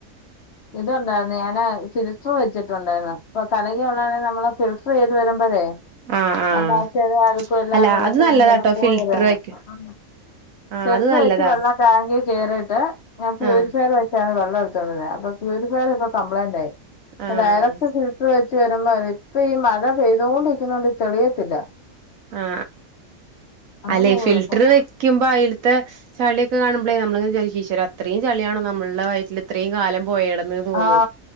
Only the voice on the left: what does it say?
ഇത്ണ്ടായിരുന്നു ഞാന് <unintelligible> വെച്ചിട്ടുണ്ടായിരുന്നു അപ്പൊ കലങ്ങി വന്നാല് നമ്മള് ഫിൽറ്റർ ചെയ്ത് വരുമ്പളേ
<unintelligible>
ഫിൽറ്റർ
വച്ച് വെള്ളം ടാങ്കി കേറീട്ട് ഞാൻ പ്യൂരിഫൈ
ചെയ്തു നിങ്ങളുടെ അടുത്താണല്ലേ പ്യൂരിഫയർ ഇപ്പൊ കമ്പളയ്ന്റ് ആയി
പ്പൊ ഡയറക്റ്റ് ഫിൽറ്റർ വെച്ച് പെരുമഴ ഇപ്പൊ മഴ പെയ്തൊണ്ടിരിക്കുന്നത്കൊണ്ട് തെളിയത്തില്ല.
അങ്ങനെ
ഒരു
കുഴപ്പം
ആ